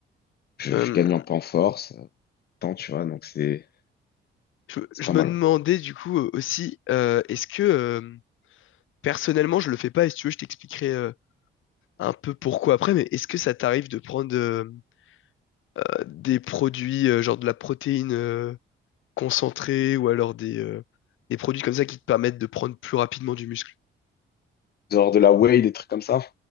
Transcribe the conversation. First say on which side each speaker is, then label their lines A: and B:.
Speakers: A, on the left (about 55°); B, on the left (about 80°).
A: je,
B: Euh,
A: je gagne un peu en force, euh, tant tu vois, donc c'est
B: Je,
A: c'est
B: je
A: pas
B: me
A: mal.
B: demandais
A: ouais.
B: du coup euh, aussi, euh, est-ce que euh, personnellement je le fais pas, et si tu veux, je t'expliquerai euh, un peu pourquoi après, mais est-ce que ça t'arrive de prendre euh, euh, des produits euh, genre de la protéine euh, concentrée ou alors des, euh, des produits comme ça qui te permettent de prendre plus rapidement du muscle?
A: Genre de la whey, des trucs comme ça?